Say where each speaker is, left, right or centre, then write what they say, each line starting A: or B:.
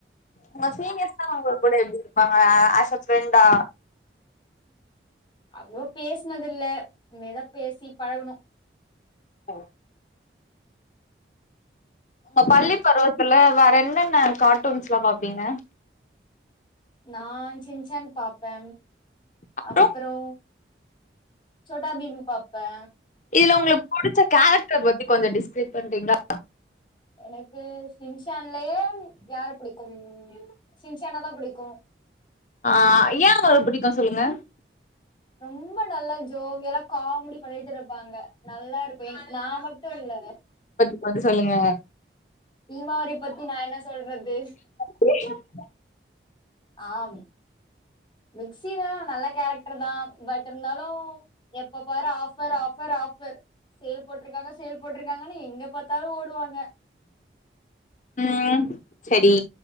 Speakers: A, on the left; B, on the left.
A: உங்க சீனியர்ஸ்லா அது டுடே எப்டி இரு ஆ அச ஃப்ரெண்டா
B: அவ்ளோவ பேசினது இல்ல இனிமேதா பேசி பழகணு
A: அ உங்க பள்ளி பருவத்துல வேற என்னென்ன கார்ட்டூன்ஸ்ல்லா பாப்பீங்க
B: நா சின்ச்சான் பாப்ப
A: அப்றோ
B: அப்புறோ சோட்டா பீம் பாப்பா
A: இதுல உங்களுக்கு புடிச்ச கேரக்டர் பத்தி கொஞ்சோ டிஸ்கிரைப் பண்றீங்களா
B: எனக்கு சின்சான்லயே யார புடிக்கு சின்சானா தா புடிக்கு
A: ஆ ஏ அவர புடிக்கு சொல்லுங்க
B: ரொம்ப நல்லா ஜோவியலா காமடி பண்ணிட்டு இருப்பால்ல நல்லா இருக்கு எ நா மட்டு இல்ல
A: வந்து சொல்லுங்க
B: பீமாவரி பத்தி நா என்ன சொல்றது
A: <inaudible>
B: ஆ ம் மிக்சி தா நல்ல கேரக்ட்ருதா பட் இருந்தாலு எப்ப பாரு ஆஃபர் ஆஃபர் ஆஃபர் சேல் போட்ருக்காங்க சேல் போட்ருக்காங்கன்னு எங்க பாத்தாலு ஓடுவாங்க
A: ம் செரி